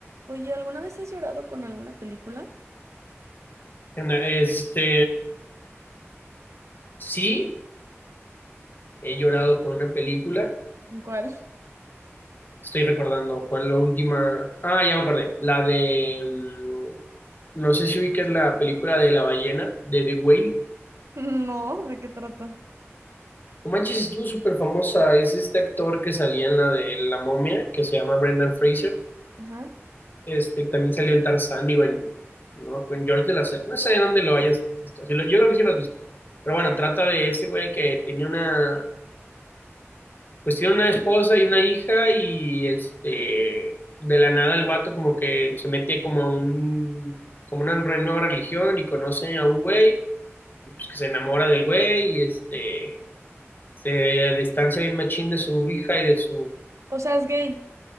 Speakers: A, on the right (about 85°); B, on the left (about 45°).
A: Oye, ¿alguna vez has llorado con alguna película?
B: Este, sí, he llorado con una película.
A: ¿Cuál? <laughs>
B: Estoy recordando cuál la última. Ah, ya me acordé. La de. mm, No sé si ubicas la película de la ballena, de The Whale.
A: No, ¿de qué trata?
B: No manches, estuvo súper famosa. Es este actor que salía en la de La Momia, que se llama Brendan Fraser.
A: Ajá.
B: Este, también salió en Tarzán y en. No, en George de la Selva. No sé de dónde lo hayas visto. Sí lo- yo creo que sí lo has visto. Pero bueno, trata de ese güey que tenía una pues tiene una esposa y una hija y este, de la nada el vato como que se mete como a un, como una re- nueva religión y conoce a un güey y pues que se enamora del güey y este, se distancia bien machín de su hija y de su,
A: O sea, es gay.